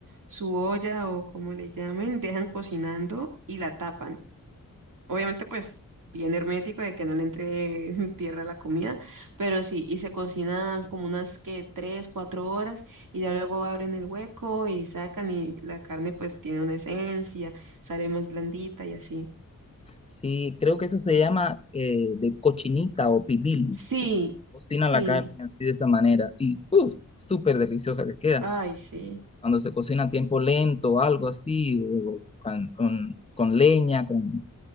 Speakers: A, on the right; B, on the left.
A: su olla o como le llamen, dejan cocinando y la tapan. Obviamente, pues bien hermético de que no le entre <laughs> tierra a la comida, pero sí, y se cocina como unas que tres, cuatro horas y ya luego abren el hueco y sacan y la carne pues tiene una esencia, sale más blandita y así.
B: Sí, creo que eso se llama eh, de cochinita o pibil.
A: Sí,
B: Cocina
A: sí,
B: la carne así de esa manera y uff, súper deliciosa que queda.
A: ay, sí.
B: cuando se cocina a tiempo lento algo así, o con, con- con leña, con...